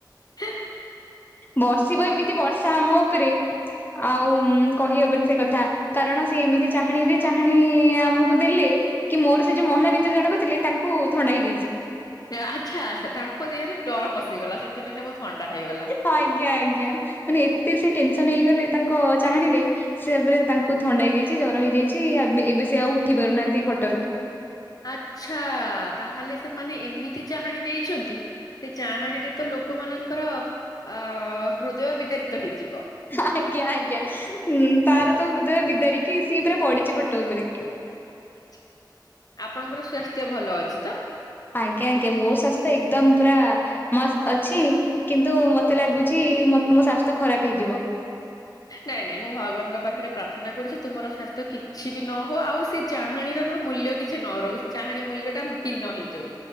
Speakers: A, on the left; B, on the left.
A: ହ
B: ବର୍ଷିବ ଏମିତି ବର୍ଷା ଆମ ଉପରେ ଆଉ କହିହବନି ସେ କଥା। କାରଣ ସେ ଏମିତି ଚାହାଣିରେ ଚାହାଣି ଆମକୁ ଦେଲେ। କି ମୋର ସେ ଯୋଉ ମହିଳା ମିତ୍ର ଜଣକ ଥିଲେ ତାଙ୍କୁ ଥଣ୍ଡା ହେଇଯାଇଛି।
A: ଆଚ୍ଛା ଆଚ୍ଛା ତାଙ୍କ ଦିହରେ ଡର ପଶିଗଲା ସେଥିପାଇଁ ତାଙ୍କୁ ଥଣ୍ଡା ହେଇଗଲା।
B: ଆଜ୍ଞା ଆଜ୍ଞା ମାନେ ଏତେ ସେ ଟେନସନ ହେଇଗଲେ ତାଙ୍କ ଚାହାଣୀରେ ସେପରେ ତାଙ୍କୁ ଥଣ୍ଡା ହେଇଯାଇଛି ଜର ହେଇଯାଇଛି ଏବେ ଏବେ ସେ ଆଉ ଉଠି ପାରୁନାହାନ୍ତି ଖଟରୁ।
A: ଆଚ୍ଛା ତାହେଲେ ସେମାନେ ଏମିତି ଚାହାଣ ଦେଇଛନ୍ତି। ସେ ଚାହାଣୀରେ ତ ଲୋକମାନଙ୍କର ଅ ହୃଦୟ ବିଦାରିତ ହେଇଯିବ।
B: ଆଜ୍ଞା ଆଜ୍ଞା ଉଁ ତାର ତ ହୃଦୟ ବିଦାରିକି ସିଏ ପୁରା ପଡ଼ିଛି ଖଟ ଉପରେ।
A: ଆଚ୍ଛା ଆପଣଙ୍କର ସ୍ଵାସ୍ଥ୍ୟ ଭଲ ଅଛି ତ?
B: ଆଜ୍ଞା ଆଜ୍ଞା ମୋ ସ୍ୱାସ୍ଥ୍ୟ ଏକଦମ୍ ପୁରା ମସ୍ତ ଅଛି। କିନ୍ତୁ ମତେ ଲାଗୁଛି ମତ୍ ମୋ ସ୍ଵାସ୍ଥ୍ୟ ଖରାପ ହେଇଯିବ।
A: ନାଇଁ ନାଇଁ ମୁଁ ଭଗବାନଙ୍କ ପାଖରେ ପ୍ରାର୍ଥନା କରୁଛି ତୁମର ସ୍ଵାସ୍ଥ୍ୟ କିଛି ବି ନହଉ ଆଉ ସେ ଚାହାଣୀର ମୂଲ୍ୟ କିଛି ନ ରହୁ ସେ ଚାହାଣୀର ମୂଲ୍ୟଟା ଭିନ୍ନ ହେଇଯାଉ।